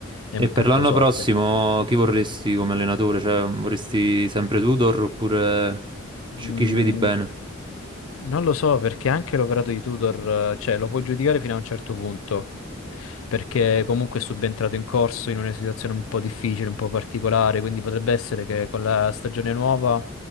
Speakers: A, on the left; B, on the right.
A: è
B: E
A: un
B: per
A: punto
B: l'anno
A: sotto.
B: prossimo chi vorresti come allenatore? Cioè, vorresti sempre Tudor oppure
A: Mm,
B: ci- chi ci vedi bene?
A: Non lo so perché anche l'operato di Tudor, eh, cioè, lo puoi giudicare fino a un certo punto, perché comunque è subentrato in corso in una situazione un po' difficile, un po' particolare, quindi potrebbe essere che con la stagione nuova